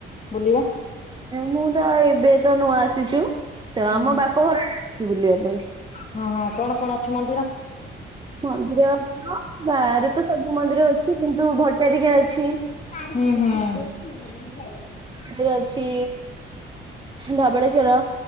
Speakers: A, on the left; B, on the right.
A: ବୁଲିବା?
B: ମୁଁ ତ ଏବେ ତ ନୂଆ ଆସିଛୁ। ତ
A: ହୁଁ
B: ଆମ ବାପ ଘର ଆଡ଼େ ଅଛି ବୁଲିବା ପାଇଁ।
A: ହଁ ହଁ କଣ କଣ ଅଛି ମନ୍ଦିର?
B: ମନ୍ଦିର ହଁ ଗାଁରେ ତ ସବୁ ମନ୍ଦିର ଅଛି କିନ୍ତୁ ଭଟାରିକା ଅଛି।
A: ହୁଁ ହୁଁ।
B: ମନ୍ଦିର ଅଛି ଧବଳେଶ୍ୱର।